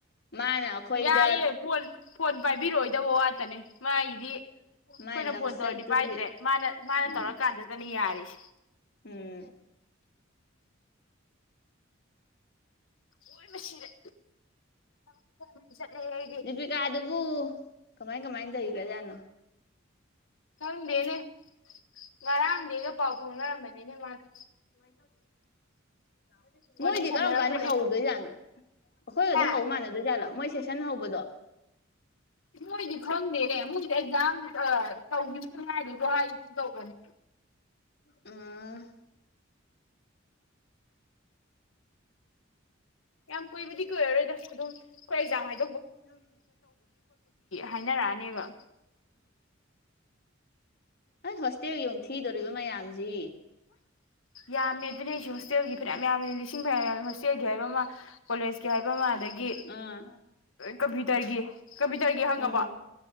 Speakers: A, on the left (about 55°); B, on the left (about 80°).
A: ꯃꯥꯅ ꯑꯩꯈꯣꯏꯗ
B: ꯌꯥꯏꯌꯦ ꯐꯣꯜ ꯐꯣꯟ ꯄꯥꯏꯕꯤꯔꯛꯑꯣꯏꯗꯕ ꯋꯥꯇꯅꯦ ꯃꯥꯒꯤꯗꯤ ꯑꯩꯈꯣꯏꯅ
A: ꯃꯥꯏ ꯂꯝꯆꯠꯇꯨꯗꯤ
B: ꯐꯣꯟ ꯇꯧꯔꯗꯤ ꯄꯥꯏꯗ꯭ꯔꯦ ꯃꯥꯅ ꯃꯥꯅ
A: ꯎꯝ
B: ꯇꯧꯔꯀꯥꯟꯗꯨꯗꯅꯦ ꯌꯥꯔꯤꯁꯦ
A: ꯎꯝ
B: ꯑꯣꯏꯃꯥ ꯁꯤꯔꯦ ꯊꯕꯛꯁꯦ ꯈꯔ ꯃꯩ ꯆꯠꯂꯦꯍꯦ ꯑꯩꯗꯤ
A: ꯗꯄꯤꯀꯥ ꯗꯨꯕꯨ ꯀꯃꯥꯏ ꯀꯃꯥꯏꯅ ꯂꯩꯒꯔꯥꯖꯥꯠꯅꯣ
B: ꯈꯪꯗꯦꯅꯦ ꯉꯔꯥꯡꯗꯤ ꯑꯩꯒ ꯄꯥꯎ ꯐꯥꯎꯅꯔꯝꯕꯅꯤꯅꯦ ꯃꯥꯒ
A: <unintelligible> ꯃꯣꯏꯗꯤ
B: ꯋꯥꯔꯤ ꯁꯥꯟꯅꯔꯝꯕꯅꯦ
A: ꯀꯔꯝ ꯀꯥꯟꯗꯤ ꯍꯧꯗꯣꯏꯖꯥꯠꯅꯣ ꯑꯩꯈꯣꯏꯒ
B: ꯍꯥ
A: ꯑꯗꯨꯝ ꯍꯧꯕ ꯃꯥꯟꯅꯗꯣꯏꯖꯥꯠꯂꯣ ꯃꯣꯏ ꯁꯦꯁꯟ ꯍꯧꯕꯗꯣ
B: ꯃꯣꯏꯗꯤ ꯈꯪꯗꯦꯅꯦ ꯃꯣꯏ ꯑꯦꯛꯖꯥꯝ ꯑ ꯇꯧꯒꯤ ꯉꯥꯏꯔꯤꯀꯣ ꯍꯥꯏꯒꯨꯝ ꯇꯧꯕꯅꯦ
A: ꯎꯝ
B: ꯌꯥꯝ ꯀꯨꯏꯕꯗꯤ ꯀꯨꯏꯔꯔꯣꯏꯗ ꯑꯗꯨꯝ ꯈꯣꯏ ꯑꯦꯛꯖꯥꯝ ꯍꯥꯏꯗꯣꯛ
A: ꯎꯝ
B: ꯍꯥꯏꯅꯔꯛꯑꯅꯦꯕ
A: ꯑꯁ ꯍꯣꯁꯇꯦꯜꯒꯤ ꯑꯃꯨꯛ ꯊꯤꯗꯣꯔꯤꯕ ꯃꯌꯥꯝꯁꯤ
B: ꯌꯥꯝꯃꯦ ꯑꯗꯨꯅꯦ ꯑꯩꯁꯨꯦ ꯍꯣꯁꯇꯦꯜꯒꯤ ꯐꯤꯔꯌꯥꯝ ꯌꯥꯝꯕꯅꯤ ꯂꯤꯁꯤꯡ ꯐꯔ ꯌꯥꯝ ꯍꯣꯁꯇꯦꯜꯒꯤ ꯍꯥꯏꯕ ꯑꯃ ꯀꯣꯂꯦꯖꯀꯤ ꯍꯥꯏꯕ ꯍꯥꯏꯕꯥꯃ ꯑꯗꯒꯤ
A: ꯑꯥ
B: ꯀꯝꯄ꯭ꯌꯨꯇꯔꯒꯤ ꯀꯝꯄ꯭ꯌꯨꯇꯔꯒꯤ ꯍꯪꯉꯕꯣ
A: ꯎꯝ